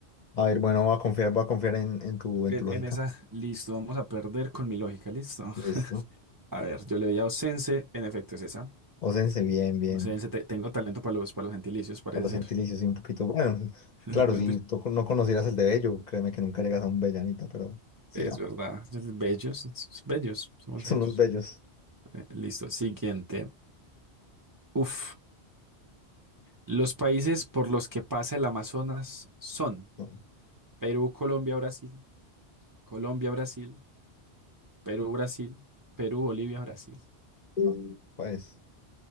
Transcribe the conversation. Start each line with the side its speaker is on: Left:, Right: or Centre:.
Left: A ver, bueno, voy a confiar, voy a confiar en, en tu, en
Right: En,
Left: tu lógica.
Right: en esa, listo, vamos a perder con mi lógica, listo.
Left: Listo.
Right: A ver, yo le doy a ausense, en efecto es esa.
Left: Osense, bien, bien.
Right: Ausense, te- tengo talento para los, para los gentilicios, parece
Left: A los
Right: ser.
Left: gentilicios,
Right: <laughs>
Left: y un poquito. Bueno,
Right: No,
Left: claro,
Right: mentira.
Left: si tú no conocieras el de Bello, créeme que nunca llegas a un Bellanita, pero sigamos.
Right: Es verdad, bellos, s- bellos, somos
Left: <laughs> Son
Right: bellos.
Left: los bellos.
Right: Eh, Listo, siguiente. Uf, los países por los que pasa el Amazonas son
Left: Bueno,
Right: Perú, Colombia, Brasil. Colombia, Brasil. Perú, Brasil, Perú, Bolivia, Brasil.
Left: ah, pues